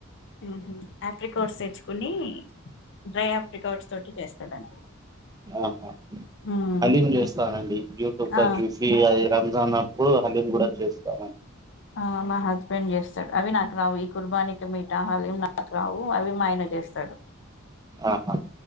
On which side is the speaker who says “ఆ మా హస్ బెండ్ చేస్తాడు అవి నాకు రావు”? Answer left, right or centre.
Left